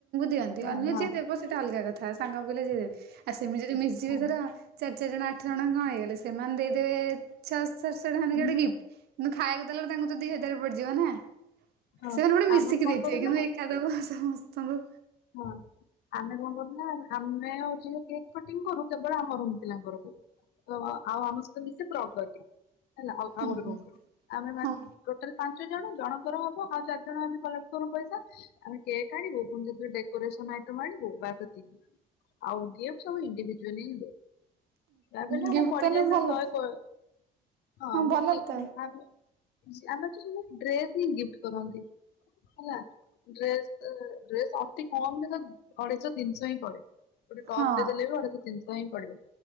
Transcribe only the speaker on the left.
ହଁ
ହଁ
ହଁ
ହଁ
ହଁ
ଆମର
କଣ
କରୁନା
ହଁ। ଆମେ କଣ କରୁନା ଆମେ ହଉଚି କେକ୍ କଟିଂ କରୁ କେବଳ ଆମ ରୁମ୍ ପିଲାଙ୍କର କରୁ। ଆଉ ଆମ ସହିତ ମିଶେ ପ୍ରଗତି। ହେଲା ଆଉ
ଗୋଟେ
ରୁମ୍ ପିଲା। ଆମେ ପା
ଟୋଟାଲ୍ ପାଞ୍ଚ ଜଣ ଜଣଙ୍କର ହବ, ଆଉ ଚାରି ଜଣ ଆମେ କଲେକ୍ଟ କରୁ ପଇସା। ଆମେ କେକ୍ ଆଣିବୁ, ପୁଣି ଯ ଡେକୋରେସନ୍ ଆଇଟମ୍ ଆଣିବୁ ବାସ୍ ସେତିକି। ଆଉ ଗିଫ୍ଟ ସବୁ ଇଣ୍ଡିଭିଜୁଆଲି ହିଁ ଦଉ। ଯାହା ବି ହେଲେ ଆମକୁ
ପଡିଯାଏ
ସେ
ଶହେ
<unintelligible> ହଁ ମୁଁ
ବି
ଆମେ ଆମେ ତ ସବୁ ଡ୍ରେସ୍ ହିଁ ଗିଫ୍ଟ କରନ୍ତି। ହେଲା, ଡ୍ରେସ୍ ଡ୍ରେସ୍ ଅତି କମ୍ ରେ ତ ଅଢ଼େଇଶହ ତିନିଶହ ପଡ଼େ। ଗୋଟେ ଟପ୍
ଟେ ଦେଲେ ଅଢ଼େଇଶହ ତିନିଶହ ହିଁ ପଡିବ।